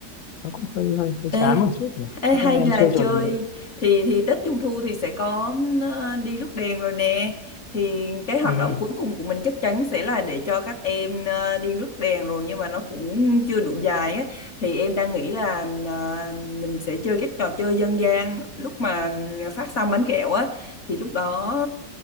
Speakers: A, on the left (about 65°); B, on the left (about 50°).
A: nó cũng hơi hơi hơi
B: ê
A: chán một chút nhỉ cho
B: Ê, hay
A: các em
B: là
A: chơi
B: chơi
A: trò gì
B: thì thì Tết Trung Thu thì sẽ có ờ, đi rước đèn rồi nè thì cái hoạt
A: ừ
B: động cuối cùng của mình chắc chắn sẽ là để cho các em ờ, đi rước đèn rồi nhưng mà nó cũng chưa đủ dài á thì em đang nghĩ là ờ, mình sẽ chơi các trò chơi dân gian lúc mà ờ, phát xong bánh kẹo á thì lúc đó